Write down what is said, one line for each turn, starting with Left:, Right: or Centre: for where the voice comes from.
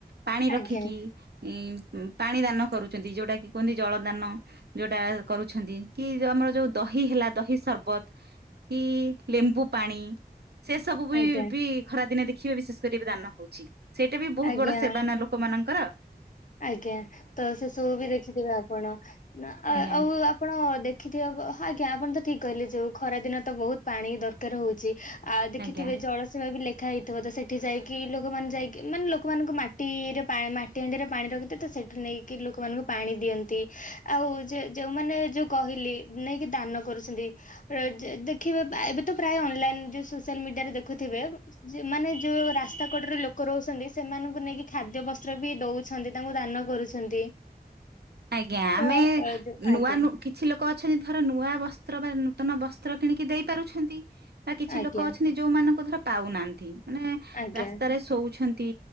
Right: ପାଣି
Left: ଆଜ୍ଞା
Right: ରଖିକି ଇଁ ପାଣି ଦାନ କରୁଛନ୍ତି ଯୋଉଟା କିି କୁହନ୍ତି ଜଳ ଦାନ। ଯୋଉଟା କରୁଛନ୍ତି କି ଯୋଉ ଆମର ଯୋଉ ଦହି ହେଲା ଦହି ସର୍ବତ୍ କି ଲେମ୍ବୁ ପାଣି ସେ ସବୁ ବି
Left: ଆଜ୍ଞା
Right: ବି ଖରା ଦିନେ ଦେଖିବେ ବିଶେଷ କରି ଏବେ ଦାନ ହଉଛି ସେଇଟା ବି ବହୁତ
Left: ଆଜ୍ଞା
Right: ବଡ଼ ସେବା ନା ଲୋ କ ମାନଙ୍କର।
Left: ଆଜ୍ଞା ତ ସେସବୁ ବି ଦେଖିଥିବେ ଆପଣ ଆ
Right: ଆଜ୍ଞା
Left: ଆଉ ଆ ଆପଣ ଦେଖିଥିବେ ବ ଆଜ୍ଞା ଆପଣ ତ ଠିକ କହିଲେ ଯୋଉ ଖରା ଦିନ ତ ବହୁତ ପାଣି ଦରକାର ହଉଛି। ଆଉ ଦେଖିଥିବେ
Right: ଆଜ୍ଞା
Left: ଜଳସେବା ବି ଲେ ଖା ହେଇଥିବ ତ ସେଠି ଯାଇକି ଲୋକମାନେ ଯାଇକି ମାନେ ଲୋକମାନଙ୍କୁ ମାଟିରେ ପା ମାଟି ହାଣ୍ଡିରେ ପାଣି ରଖି ତ ସେଠି ନେଇକି ଲୋକମାନଙ୍କୁ ପାଣି ଦିଅନ୍ତି ଆଉ ଯେ ଯୋଉମାନେ ଯୋ କହିଲେ ନେଇକି ଦାନ କରୁଛନ୍ତି। ର ଜେ ଦେଖିବେ ପା ଏବେ ତ ପ୍ରାୟ ଅନଲାଇନ ଯୋଉ ସୋସିଆଲ ମିଡ଼ିଆରେ ଦେଖୁଥିବେ ଯେ ମାନେ ଯୋଉ ରାସ୍ତା କଡ଼ରେ ଲୋକ ରହୁଛନ୍ତି ସେମାନଙ୍କୁ ନେଇକି ଖାଦ୍ୟ ବସ୍ତ୍ର ବି ଦଉ ଛନ୍ତି ତାଙ୍କୁ ଦାନ କରୁଛନ୍ତି।
Right: ଆଜ୍ଞା
Left: ତ
Right: ଆମେ
Left: ଆଜ୍ଞା
Right: ନୂଆ ନୁ କି ଛି ଲୋକ ଅଛନ୍ତି ଧର ନୂଆ ବସ୍ତ୍ର ବା ନୂତନ ବସ୍ତ୍ର କିଣିକି ଦେଇ ପାରୁଛନ୍ତି। ବା କିଛି
Left: ଆଜ୍ଞା
Right: ଲୋକ ଅଛନ୍ତି ଯୋଉମାନଙ୍କୁ ଧର ପାଉନାହାନ୍ତି ମାନେ
Left: ଆଜ୍ଞା
Right: ରାସ୍ତାରେ ଶୋଉଛନ୍ତି।